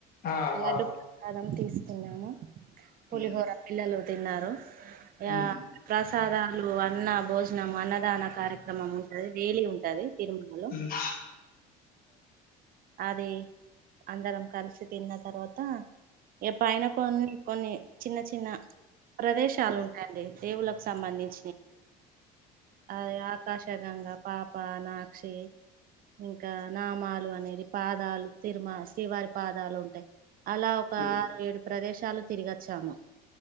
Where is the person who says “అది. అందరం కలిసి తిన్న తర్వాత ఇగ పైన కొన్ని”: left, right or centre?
Right